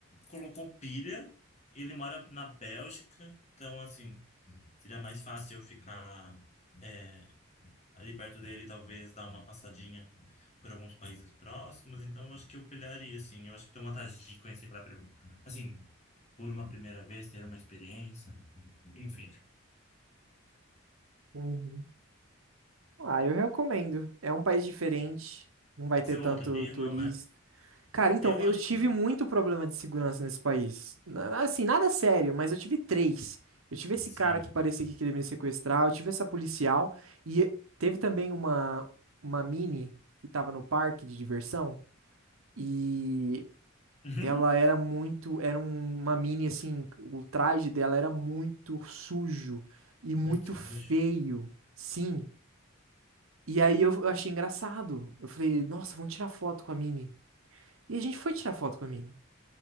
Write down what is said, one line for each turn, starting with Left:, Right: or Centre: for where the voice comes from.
Left: colocou pilha. Ele mora na Bélgica. Então, assim, seria mais fácil eu ficar é, ali perto dele, talvez dar uma passadinha por alguns países próximos. Então, eu acho que eu pilharia, assim. Eu acho que tem uma vontade de conhecer pela primeira... Assim, por uma primeira vez, ter uma experiência. Enfim.
Right: Uhum. Ah, eu recomendo. É um país diferente, não vai ter
Left: Você voltaria?
Right: tanto turista.
Left: Não, né?
Right: Cara, então,
Left: Eu
Right: eu
Left: acho
Right: tive
Left: que...
Right: muito problema de segurança nesse país. Na- Assim, nada sério, mas eu tive três. Eu tive esse
Left: Sim.
Right: cara que parecia que queria me sequestrar, eu tive essa policial e teve também uma, uma mini que tava no parque de diversão e
Left: <laughs>
Right: ela era muito, era um- uma mini assim, o traje dela era muito sujo e muito
Left: Ai, que
Right: feio.
Left: nojo.
Right: Sim. E aí eu, eu achei engraçado. Eu falei, nossa, vamos tirar foto com a Minnie. E a gente foi tirar foto com a Minnie.